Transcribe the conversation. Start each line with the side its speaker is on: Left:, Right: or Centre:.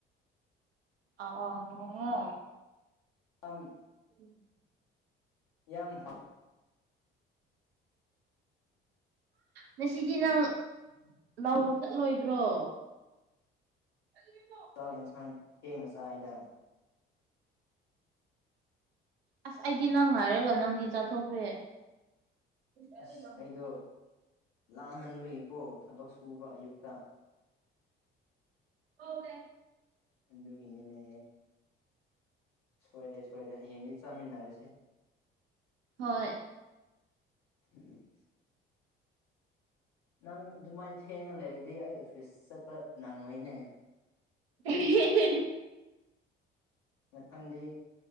Right: ꯑꯋꯣ ꯑꯋꯣ ꯑꯋꯣ
Left: ꯑꯝ
Right: ꯎꯝ
Left: ꯌꯥꯝ ꯍꯞ
Right: ꯉꯁꯤꯗꯤ ꯅꯪ ꯂꯧ ꯆꯠꯂꯣꯏꯗ꯭ꯔꯣ ꯑꯗꯨꯒꯤꯝ
Left: ꯆꯥꯛ ꯌꯦꯟꯁꯥꯡ ꯊꯦꯡꯅ ꯆꯥꯏꯌꯦꯗ
Right: ꯑꯁ ꯑꯩꯗꯤ ꯅꯪ ꯉꯥꯏꯔꯒ ꯅꯪꯗꯤ ꯆꯥꯊꯣꯛꯈ꯭ꯔꯦ <unintelligible>
Left: ꯑꯁ ꯑꯩꯗꯣ ꯂꯥꯝꯃꯟꯕꯒꯤꯀꯣ ꯊꯕꯛ ꯁꯨꯕ ꯑꯌꯨꯛꯇ
Right: ꯍꯧꯇꯦ
Left: ꯑꯗꯨꯒꯤꯅꯤꯅꯦ ꯁꯣꯏꯔꯦ ꯁꯣꯏꯔꯦ ꯍꯌꯦꯡꯗꯤ ꯆꯥꯃꯤꯟꯅꯔꯁꯤ
Right: ꯍꯣꯏ
Left: <inaudible> ꯅꯪ ꯑꯗꯨꯃꯥꯏꯅ ꯊꯦꯡꯉ ꯂꯩꯔꯗꯤ ꯑꯩ ꯑꯣꯐꯤꯁ ꯆꯠꯄ ꯅꯪꯉꯣꯏꯅꯦ
Right: ꯑꯦꯍꯦꯍꯦꯍꯦ
Left: ꯃꯊꯪꯗꯤ